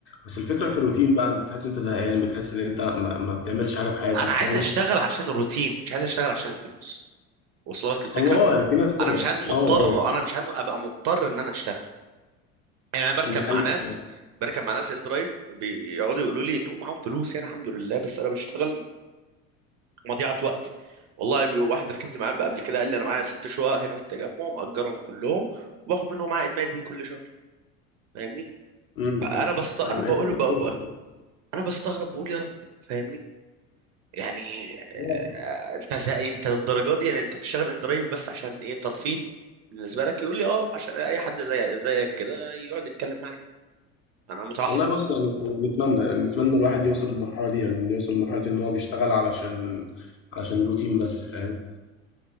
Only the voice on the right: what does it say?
أنا عايز
أشتغل عشان الروتين مش عايز أشتغل عشان الفلوس وصل لك الفكرة
أنا مش عايز مضطر
أنا مش عايز أبقى مضطر إن أنا أشتغل يعني انا بركب
مع ناس
بركب مع ناس ان درايف بيقعدوا يقولوا لي انهم معاهم فلوس يعني الحمد لله بس انا بشتغل مضيعه وقت والله بي- واحد ركبت معاه قبل كده قال لي انا معايا ست شقق هنا في التجمع مأجرهم كلهم وباخد منهم عائد مادي كل شهر فاهمني
فانا
بست انا
بقول
ب... ب...
انا بستغرب بقول يا رب فاهمني يعني آه،
انت زي انت للدرجه دي يعني انت بتشتغل ان درايف بس عشان ايه ترفيه بالنسبه لك يقول لي اه عشان اي حد زي زيك كده يقعد يتكلم معايا انا متوحد